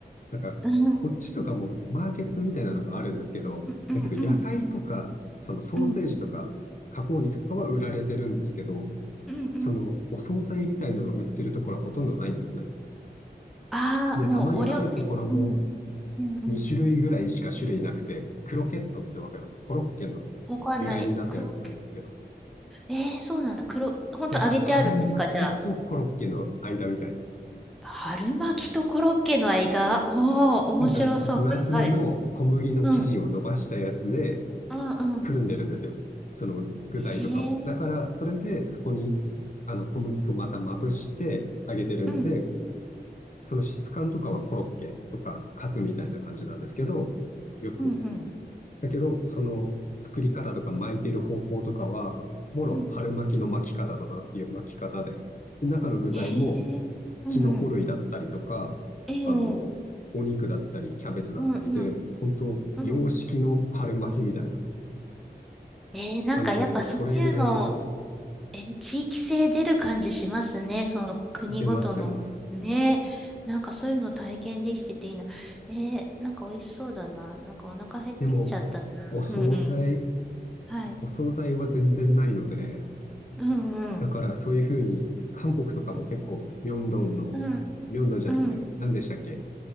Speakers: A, on the left (about 45°); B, in the centre.
A: なんか、
B: うん、
A: こっちとかもマーケットみたいなのがあるんですけど、
B: うん、うん、
A: だけど野菜とか、
B: うん、
A: そのソーセージとか、
B: うん、
A: 加工肉とかは売られてるんですけど、
B: うん、
A: そのお惣菜みたいなのを売ってるところはほとんどないんですね。
B: うん。ああ、
A: で、
B: もうお料理。
A: たまにあるところも
B: うん、うん、うん。
A: 2種類ぐらいしか種類なくて、クロケットってわかりますコロッケの
B: わかんない。
A: 由来になったやつなんですけど、
B: 黒、えー、そうなんだ。黒、ほんと揚げてあるんですか、
A: なんか春巻きとコロッケの間みたいな。
B: じゃあ。春巻きとコロッケの間おお面白そう。
A: なんか分厚めの小麦の生地を伸ばしたやつで
B: はいはい。うん。うんうん。
A: くるんでるんですよ。その具材とかを。
B: えー。
A: だからそれでそこにあの小麦粉をまたまぶして揚げてるんで、
B: うん。
A: その質感とかはコロッケとかカツみたいな感じなんですけど、よく。
B: うんうん。
A: だけど、その作り方とか巻いてる方法とかは、もろ春巻きの巻き方だなっていう巻き方で、
B: うん。
A: で中の具材も
B: えー。うんうん。
A: キノコ類だったりとか、
B: えー。
A: あの、お肉だったり、キャベツだったりで、
B: うんうんうん。え
A: 本当洋式の春巻きみたいな
B: え。うんうんうんうんええ。うんうんええ。うんうんうんええなんかやっぱそういうの、
A: 感じなんですけど、それぐらいですね。
B: えー地域性出る感じしますね。その国ごとの。
A: 出ます、出ます。
B: ね。なんかそういうの体験できてていいな。ええなんか美味しそうだな。なんかお腹減ってきちゃったな。
A: でも、お惣菜、
B: うんうん。はい。
A: お惣菜は全然ないので、
B: うんうん。
A: だからそういうふうに、韓国とかも結構、ミョンドンの、
B: うん
A: ミョンドンじゃなくて、
B: うん。
A: 何でしたっけ